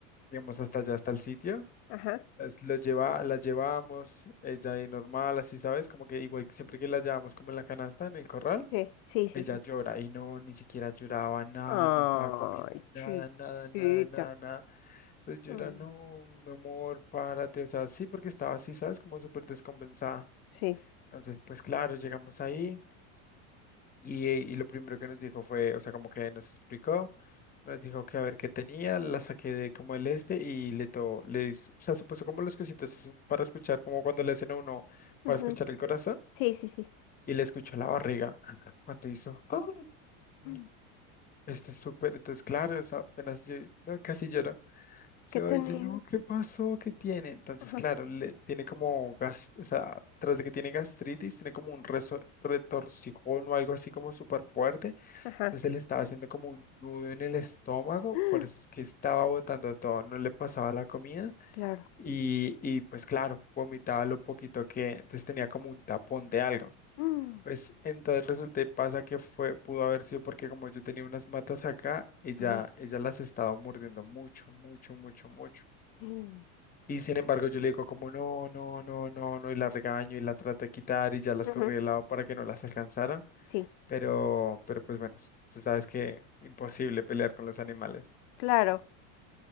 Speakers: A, on the left; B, on the left.
A: digamos, hasta allá, hasta el sitio.
B: ajá.
A: Las, los lleva, las llevábamos ella ahí normal, así, ¿sabes? Como que igual que siempre que las llevamos como en la canasta, en el corral,
B: Sí, sí, sí,
A: ella
B: sí.
A: llora y no, ni siquiera lloraba nada,
B: Ay,
A: no estaba comiendo
B: chiquita.
A: nada, nada, nada, nada, nada. Entonces yo
B: Mm,
A: era, no, mi amor, párate, o sea, sí, porque estaba así, ¿sabes? Como súper descompensada.
B: Sí,
A: Entonces, pues claro, llegamos ahí. Y, eh, y lo primero que nos dijo fue, o sea, como que nos explicó, nos dijo que a ver qué tenía, la saqué de como el este y le to, le, hizo- o sea, se puso como los cositos esos para escuchar, como cuando le hacen a uno para
B: ujú,
A: escuchar el corazón
B: sí, sí, sí.
A: y le escuchó la barriga <laughs> cuando hizo, ¡Ah! No,
B: Mm,
A: esto es súper, entonces claro, o sea, apenas yo, no, casi lloro. Yo,
B: ¿Qué tenía?
A: ay, yo, no, ¿qué pasó? ¿Qué tiene? Entonces,
B: Ajá,
A: claro, le, tiene como gas, o sea, tras de que tiene gastritis, tiene como un reso- retorcijón o algo así como súper fuerte
B: ajá,
A: entonces él estaba haciendo como un nudo en el estómago,
B: <gasps>
A: por eso es que estaba botando todo, no le pasaba la comida
B: Claro.
A: y, y pues claro, vomitaba lo poquito que, entonces tenía como un tapón de algo.
B: Mm,
A: Pues entonces resulta y pasa que fue, pudo haber sido porque como yo tenía unas matas acá, ella,
B: ajá.
A: ella las estaba mordiendo mucho, mucho, mucho, mucho.
B: mm,
A: Y sin embargo yo le digo como no, no, no, no, no, y la regaño y la trato de quitar y ya las
B: ujú,
A: corrí de lado para que no las alcanzara.
B: Sí,
A: Pero, pero pues bueno, tú sabes que <laughs> imposible pelear con los animales.
B: claro.